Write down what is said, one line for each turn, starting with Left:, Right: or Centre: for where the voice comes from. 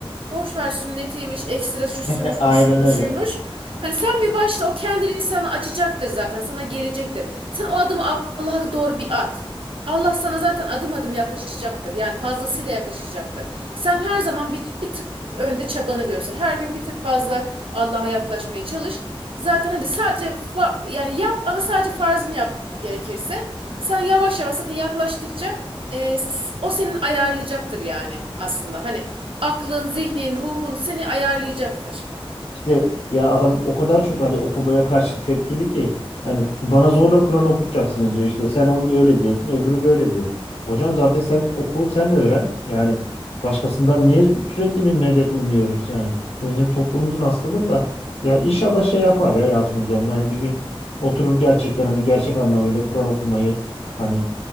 Right: Boş ver sünnetiymiş, ekstra şu suymuş,
Left: E, Aynen
Right: bu şu,
Left: öyle.
Right: bu şuymuş. Hani sen bir başla o kendiliğini sana açacaktır zaten, sana gelecektir. Sen o adımı Allah'a doğru bir at. Allah sana zaten adım adım yaklaşacaktır. Yani fazlasıyla yaklaşacaktır. Sen her zaman bir, bir tık önde çabanı göster. Her gün bir tık fazla Allah'a yaklaşmaya çalış. Zaten hadi sadece fa- yani yap ama sadece farzını yap gerekirse. Sana yavaş yavaş zaten yaklaştıkça e, s- o senin ayarlayacaktır yani aslında. Hani aklın, zihnin, ruhun seni ayarlayacaktır.
Left: İşte ya adam o kadar çok hani okumaya karşı tepkili ki hani bana zorla Kur'an okutacaksınız diyor işte sen onu öyle diyorsun öbürü böyle diyor. Hocam zaten sen oku sen öğren yani başkasından niye sürekli bir medet umuyoruz yani. Bu bizim toplumumuzun hastalığı da ya inşallah şey yapar ya Yalçın hocam da hani bir gün oturur gerçekten hani gerçek anlamıyla Kur'an okumayı hani